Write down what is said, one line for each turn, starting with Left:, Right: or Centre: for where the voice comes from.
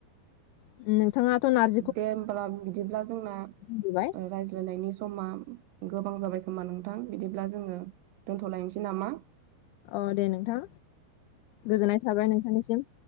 Left: <unintelligible> थाङथ' नार
Right: दे होब्लाम बिदिब्ला जोंना
Left: बुंबोबाय
Right: रायज्लायनायनि समा गोबां जाबाय खोमा नोंथां बिदिब्ला जोङो दोनथ'लायनोसै नामा?
Left: अ दे नोंथां गोजोननाय थाबाय नोंथांनिसिम